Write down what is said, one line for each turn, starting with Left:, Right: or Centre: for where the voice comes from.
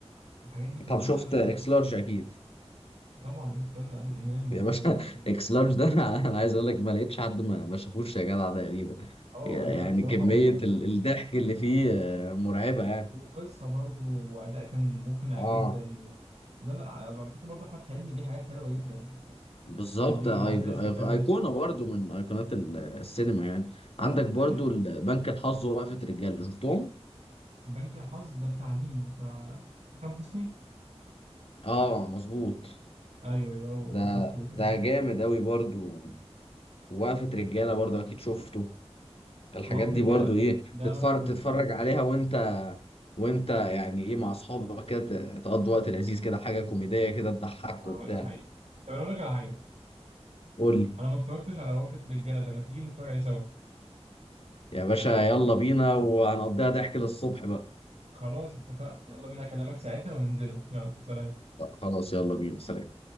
Right: الحاجات دي كلها
Left: طب شفت
Right: بصراحه
Left: اكس لارج اكيد
Right: طبعا اكس لارج عادل امام
Left: يا باشا
Right: و...
Left: <laughs> اكس لارج ده انا أنا عايز اقول لك ما لقيتش حد ما ما شافوش يا جدع تقريبا
Right: اه
Left: يعني
Right: لا لا بصراحه
Left: كمية
Right: هو تحفه
Left: ال- الضحك اللي فيه آه، مرعبة يعني
Right: وقصة برضو وأداء كان مقنع
Left: اه
Right: جدا و... لا لا على فكرة برضو أحمد حلمي ليه حاجات حلوة جدا يعني هو
Left: بالظبط
Right: كان ليه
Left: أيق-
Right: عسل أسود
Left: أيق-
Right: كمان
Left: ايقونة برضو من ايقونات ال- السينما يعني
Right: أه
Left: عندك
Right: أنت
Left: برضو
Right: أكيد
Left: ال- بنك الحظ ووقفة رجاله شفتهم
Right: بنك الحظ ده بتاع مين؟ بتاع أكرم حسني؟
Left: اه مظبوط
Right: أيوه أيوه هو
Left: ده
Right: شفته له كده
Left: ده
Right: آه.
Left: جامد قوي برضو وقفة رجالة برضو اكيد شفته الحاجات
Right: وقفة
Left: دي
Right: الرجالة
Left: برضو ايه
Right: ده
Left: تتفرج
Right: ما شفتوش
Left: تتفرج
Right: بصراحة
Left: عليها وانت وانت يعني ايه مع اصحابك كده ت- تقضي وقت لذيذ كده حاجة كوميدية كده تضحك
Right: أه
Left: وبتاع
Right: ده حقيقي طب أنا أقول لك على حاجة
Left: قول لي
Right: أنا ما اتفرجتش على وقفة الرجالة ده ما تيجي نتفرج عليه سوا
Left: يا باشا يلا بينا وهنقضيها ضحك للصبح بقى
Right: خلاص اتفقنا يلا بينا أكلمك ساعتها وننزله يلا سلام
Left: خلاص يلا بينا سلام